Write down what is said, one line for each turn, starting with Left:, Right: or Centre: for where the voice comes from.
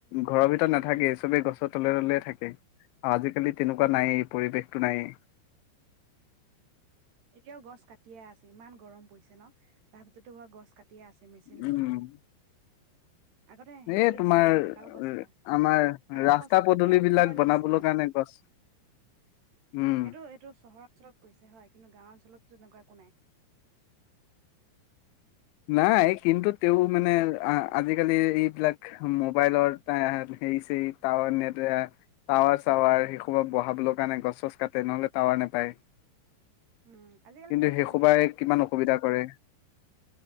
Left: ঘৰৰ ভিতৰত নাথাকে চবেই গছৰ তলে, তলে থাকে আৰু আজিকালি তেনেকুৱা নায়েই পৰিৱেশটো নায়েই।
Right: এতিয়াও গছ কাটিয়ে আছে ইমান গৰম পৰিছে ন' তাৰপিছতো হোৱা গছ কাটি টিয়ে আছে মেচিন
Left: উম
Right: লৈ লৈ। আগতে হেৰি
Left: এই তোমাৰ
Right: আছিলে এডাল গছ কা
Left: আমাৰ
Right: এডাল
Left: ৰাস্তা
Right: গছ কতোতে
Left: পদূলি
Right: সময়
Left: বিলাক
Right: লাগিছিল
Left: বনাবলৈ
Right: ন'
Left: কাৰণে গছ উম
Right: হেটো এইটো চহৰ অঞ্চলত কৈছে হয়। অঞ্চলত তেনেকুৱা একো নাই,
Left: নাই কিন্তু তেওঁ মানে আ আজিকালি এইবিলাক মোবাইলৰ হেৰি ছেৰি টাৱাৰ নেট এ টাৱাৰ চাৱাৰ সেইসোপা বহাবলে কাৰণে গছ চছ কাটে নহ'লে টাৱাৰ নেপায়।
Right: উম আজিকালিতো
Left: কিন্তু
Right: এনেও
Left: হেইসোবাই
Right: হেৰি
Left: কিমান অসুবিধা কৰে